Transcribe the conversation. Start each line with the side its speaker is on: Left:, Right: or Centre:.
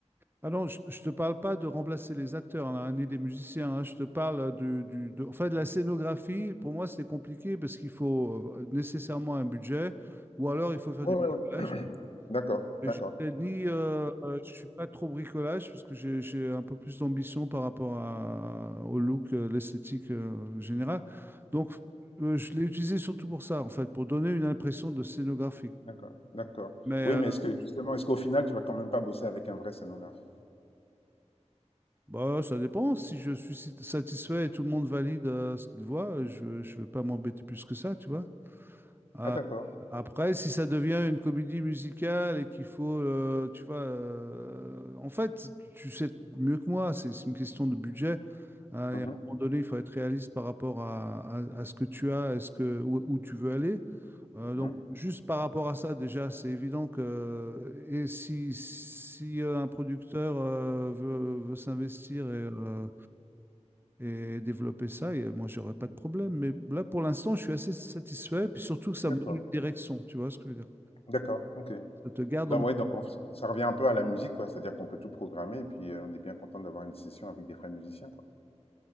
Right: Ah non, je, je te parle pas de remplacer les acteurs, là, ni des musiciens. hein. Je te parle du, du- de, enfin, de la scénographie. Pour moi, c'est compliqué parce qu'il faut euh, nécessairement un budget ou alors il faut faire
Left: Ouais,
Right: du
Left: ouais,
Right: bricolage.
Left: ouais. <coughs> <clears throat> D'accord,
Right: Et
Left: d'accord,
Right: je t'ai ni, euh, euh, je suis pas trop bricolage parce que j'ai, j'ai un peu plus d'ambition par rapport à- au look, euh, l'esthétique euh, générale. Donc, euh, je l'ai utilisé surtout pour ça, en fait, pour donner une impression de scénographie.
Left: d'accord, d'accord.
Right: Mais
Left: Oui,
Right: euh,
Left: mais est-ce que justement, est-ce qu'au final, tu vas quand même pas bosser avec un vrai scénographe?
Right: Bah, ça dépend. Si je suis si- satisfait et tout le monde valide euh, ce qu'il voit, je ne vais pas m'embêter plus que ça, tu vois. Ah,
Left: Ah, d'accord.
Right: Après, si ça devient une comédie musicale et qu'il faut, euh, tu vois, euh, en fait, tu tu sais mieux que moi, c'est c'est une question de budget. Hein, et
Left: Mhm,
Right: à un moment donné, il faut être réaliste par rapport à, à- à ce que tu as, est ce que, où, où tu veux aller. Euh, donc,
Left: mhm.
Right: juste par rapport à ça, déjà, c'est évident que euh, et si, si euh, un producteur euh, veut, veut s'investir et, euh, et développer ça, et moi, j'aurais pas de problème. Mais là, pour l'instant, je suis assez satisfait, puis surtout que ça
Left: D'accord,
Right: me donne une direction, tu vois ce que je veux dire?
Left: d'accord, ok.
Right: Ça te garde
Left: Non,
Right: en...
Left: oui, donc on f- ça revient un peu à la musique, quoi. C'est-à-dire qu'on peut tout programmer et puis euh, on est bien content d'avoir une session avec des vrais musiciens, quoi.